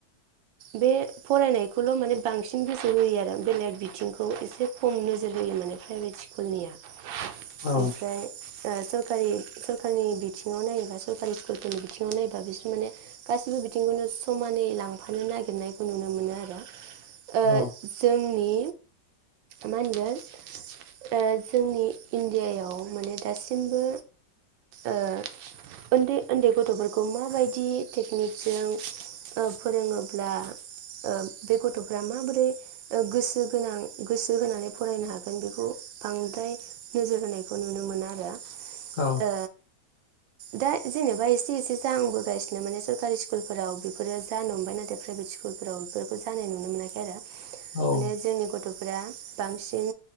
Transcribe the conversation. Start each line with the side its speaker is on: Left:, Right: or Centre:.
Right: बे फरायनायखौल' माने बांसिन गोसो होयो आरो बेलेग बिथिंखौ एसे खम नोजोर होयो माने प्राइभेट स्कुलनिया।
Left: औ
Right: ओमफ्राय सोरखारि सरखारनि बि बिथिङाव नायोबा सरकारि स्कुलफोरनि बिथिङाव नायोबा बिसोर माने गासिबो बिथिंखौनो समानै लांफानो नागिरनायखौ नुनो मोनो आरो। ओ
Left: औ
Right: जोंनि मा होनगोन ओ जोंनि इण्डियायाव माने दासिमबो ओ उन्दै उन्दै गथ'फोरखौ माबायदि टेकनिकजों फोरोङोब्ला ओ बे गथ'फ्रा माबोरै गोसो गोनां गोसो होनानै फरायनो हा गोन बेखौ बांद्राय नोजोर होनायखौ नुनो मोनो आरो।
Left: औ
Right: ओ दा जेनेबा एसे एसे जाहांबोगासिनो माने सरकारि स्कुलफोराव बेफोरो जानो हमबाय नाथाय प्राइभेट स्कुलफोराव बेफोरखौ जानाय नुनो मोनाखै आरो।
Left: औ
Right: माने जोंनि गथ' फोरा बांसिन